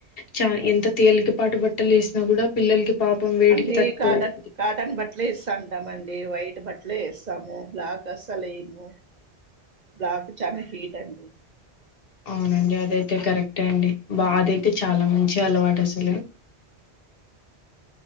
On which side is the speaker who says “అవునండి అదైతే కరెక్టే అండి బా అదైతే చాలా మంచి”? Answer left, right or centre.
Left